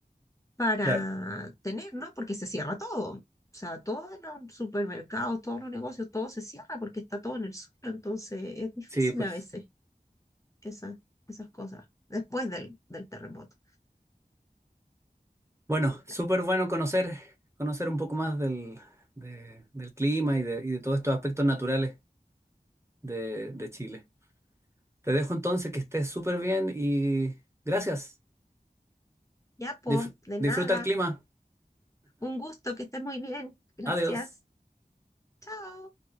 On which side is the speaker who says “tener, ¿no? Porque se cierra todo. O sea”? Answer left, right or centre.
Left